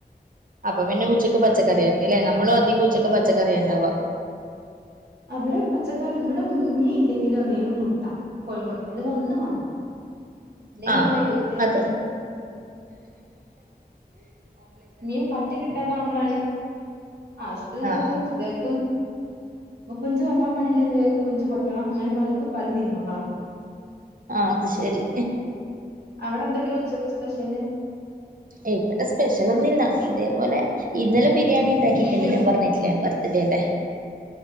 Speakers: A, on the right; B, on the right.
A: അപ്പൊ പിന്നെ ഉച്ചയ്ക്ക് പച്ചക്കറിയാക്കില്ലേ നമ്മളും അധികം ഉച്ചക്ക് പച്ചക്കറിയ ഉണ്ടാവാ.
B: അവിടെ പച്ചക്കാറി ഇവിടെ മീൻ ഇല്ലെങ്കിലും ഒന്നേലു മുട്ട കോഴിമുട്ട എതേങ്കി ഒന്ന് വേണം. ഇല്ലെങ്കി
A: ആഹ്
B: ഇവിടെ യുദ്ധേക്കാരം
A: അതെ..
B: നീും പട്ട കിട്ടതാമ്മള ഹസ്റ്റലക്കും
A: ആഹ്
B: ഇക്കും <unintelligible> കൊഞ്ചു കൊട്ടാൻ പാടില്ലക്ക് കൊഞ്ചു കൊട്ടണം അങ്ങനെ പലർക്കും പല നിയമങ്ങളാ.
A: ആഹ് അത് ശരി
B: അവിടെ എന്തൊക്കെയാ ഉച്ചക്ക് സ്പെഷ്യല്?
A: ഇവിടെ സ്പെഷ്യലൊന്നുല്ല ഇതേപോലെ ഇന്നലെ ബിരിയാണി ഉണ്ടാക്കിയിട്ടുണ്ട്
B: ബീഫിനോ
A: ഞാൻ പറഞ്ഞി. ബർത്ത്ഡേന്റെ